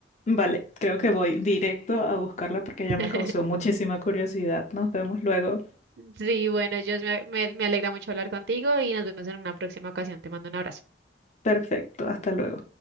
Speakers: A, on the left; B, on the right.
A: vale, creo que voy directo a buscarla porque ya
B: <laughs>
A: me causó muchísima curiosidad. Nos vemos luego.
B: Sí, bueno, yo me, me me alegra mucho hablar contigo y nos vemos en una próxima ocasión, te mando un abrazo.
A: Perfecto, hasta luego.